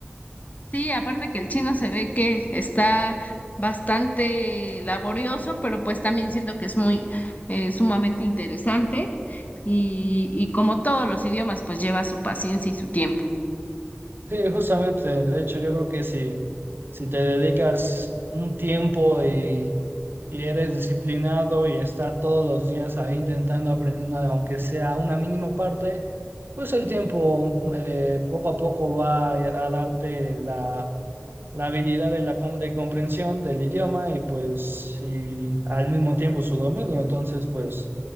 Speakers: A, on the left (about 40°); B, on the right (about 60°).
A: Sí, aparte que el chino se ve que está bastante laborioso, pero pues también siento que es muy eh, sumamente interesante y, y como todos los idiomas pues lleva su paciencia y su tiempo.
B: Sí, justamente, de hecho yo creo que si, si te dedicas un tiempo y, y eres disciplinado y estar todos los días ahí intentando aprendiendo, aunque sea una mínima parte, pues el tiempo eh, poco a poco va a darte la, la habilidad de, la, com- de comprensión del idioma y pues y al mismo tiempo su dominio. Entonces, pues